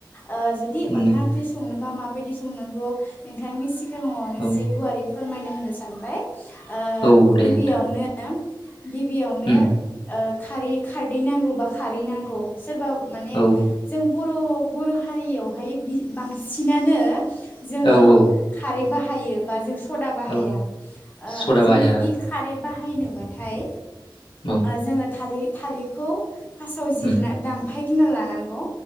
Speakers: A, on the left; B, on the left.
A: ओ जुदि
B: मोनो
A: अनला ओंख्रि संनोबा माबा बायदि सांगौ नोंथांनि आव आं
B: औ
A: एसे गुवारै फोरमायनो होनो सानबाय ओ
B: औ दे
A: गिबियावनो
B: नोंथां
A: गिबियावनो
B: उम
A: ओ खारै खारदै नांगौ बा खारै नांगौ सोरबा माने
B: औ
A: जों बर' बर' हारियावहाय बांसिनानो जोङो
B: औ औ
A: खारै बाहायो थायो बा जों सदा बाहाया
B: औ
A: ओ
B: सदा
A: जों
B: बाहाया
A: जुदि खारै बाहा बाहायनोबाथाय
B: औ
A: जोङो थालिर थालिरखौ फासाव जिरना
B: उम
A: दाम फायग्रोना लानांगौ